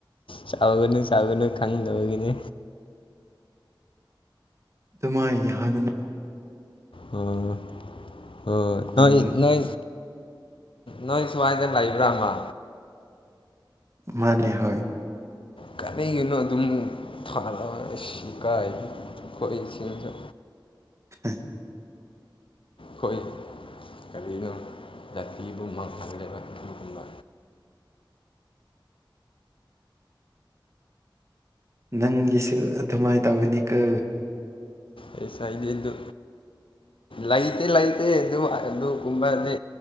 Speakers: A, on the left; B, on the right.
A: ꯆꯥꯒꯅꯤ ꯆꯥꯒꯅꯤ ꯈꯪꯗꯕꯒꯤꯅꯤ
B: ꯑꯗꯨꯃꯥꯏ ꯍꯥꯏꯗꯅ
A: ꯎꯝ ꯍꯣꯏꯣꯏ
B: ꯅꯪ
A: ꯅꯣꯏ ꯅꯣꯏ ꯅꯣꯏ ꯁ꯭ꯋꯥꯏꯗ ꯂꯩꯕ꯭ꯔꯥꯃ
B: ꯃꯅꯦ ꯍ
A: ꯀꯔꯤꯒꯤꯅꯣ ꯑꯗꯨꯝ ꯊꯥꯜꯂꯛꯑꯒ ꯁꯤ ꯀꯥꯏ ꯍꯣꯏ ꯆꯖ
B: ꯎ
A: ꯍꯣꯏ ꯀꯔꯤꯅꯣ ꯖꯥꯇꯤꯒꯨꯝꯕꯗꯒ ꯑꯗꯨꯒꯨꯝꯕ
B: ꯅꯪꯒꯤꯁꯨ ꯑꯗꯨꯃꯥꯏꯅ ꯇꯧꯒꯅꯤ ꯀꯣ
A: ꯑꯦꯁ ꯏꯩꯅꯗꯨ ꯂꯩꯇꯦ ꯂꯩꯇꯦ ꯑꯗꯨ ꯑꯗꯨꯒꯨꯝꯕꯗꯤ